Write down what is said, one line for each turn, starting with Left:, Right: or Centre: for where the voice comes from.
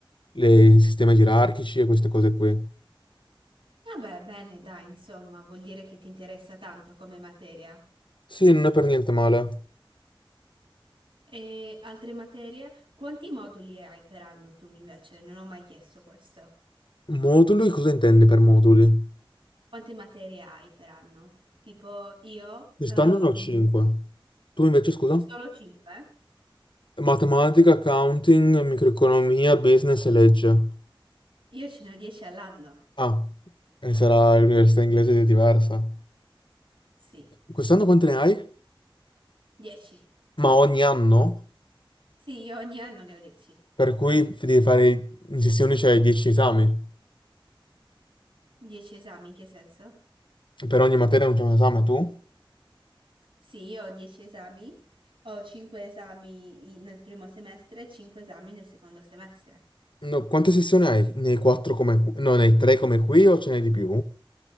Left: le- i sistemi gerarchici e queste cose qui.
Right: Vabbè, bene, dai, insomma, vuol dire che ti interessa tanto come materia.
Left: Sì, non è per niente male.
Right: E altre materie? Quanti moduli hai per anno tu invece? Non ho mai chiesto questo.
Left: Moduli, cosa intendi per moduli?
Right: Quante materie hai per anno? Tipo io,
Left: Quest'anno
Right: ehm,
Left: ne ho 5. Tu invece, scusa?
Right: solo 5.
Left: Matematica, accounting, microeconomia, business e legge.
Right: Io ce ne ho 10 all'anno.
Left: Ah, e sarà l'università inglese di diversa.
Right: Sì,
Left: Quest'anno quante ne hai?
Right: 10.
Left: Ma ogni anno?
Right: Sì, io ogni anno ne ho 10.
Left: Per cui devi fare in sessioni c'è 10 esami.
Right: 10 esami, in che senso?
Left: Per ogni materia non c'è un esame tu?
Right: Sì, io ho 10 esami, ho 5 esami in- nel primo semestre e 5 esami nel secondo semestre.
Left: No, quante sessioni hai? Ne hai 4 come qui? No, ne hai 3 come qui o ce n'hai di più?